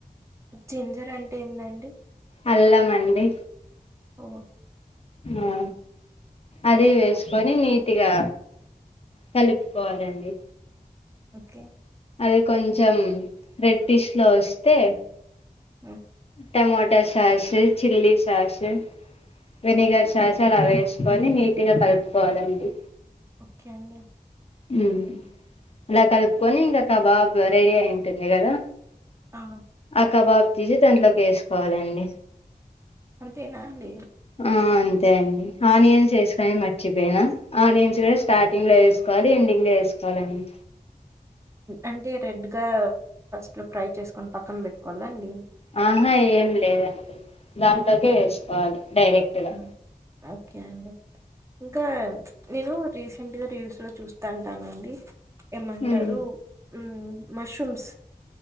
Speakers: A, on the right; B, on the left.
A: జింజర్ అంటే ఏందండి
B: అల్లమండి
A: ఓ
B: ఆ అదే వేసుకొని నీట్ గా కలుపుకోవాలండి
A: ఓకే
B: అది కొంచెం రెడ్ డిష్ లో వస్తే
A: ఆ
B: టమోటో సాస్ చల్లి సాస్ వినిగర్ శస్ అలా వేసుకొని నీట్ గా కలుపుకోవాలండి
A: ఓకే అండి
B: ఉమ్ అలా కలుపుకొని ఇంకాకా బాబా రెడీ అయి ఉంటుంది కదా
A: ఆవ్
B: ఆ కబాబ్ తీసి దాంట్లోకి వేసుకోవాలండి
A: అంతేనా అండి
B: ఆ అంతే అండి ఆనియన్స్ వేసుకోని మర్చిపోయినా ఆనియన్స్ కూడా స్టార్టింగ్ లో వేసుకు కాది అండి ఇంకా వేసుకోవాలండి
A: అంటే రెడ్ గా ఫస్ట్ లో ఫ్రై చేసుకొని పక్కన పెట్టుకోవాలండి
B: ఆహా ఏం లేదండి దాంట్లోకె వేసుకోవాలి డైరెక్టుగా
A: మ్మ్ ఓకే అండి ఇంకా నేను రీసెంట్ గా రీల్స్ లో చూస్తా ఉంటానండి ఏమంటరు
B: ఉమ్
A: ఉమ్ మష్రూమ్స్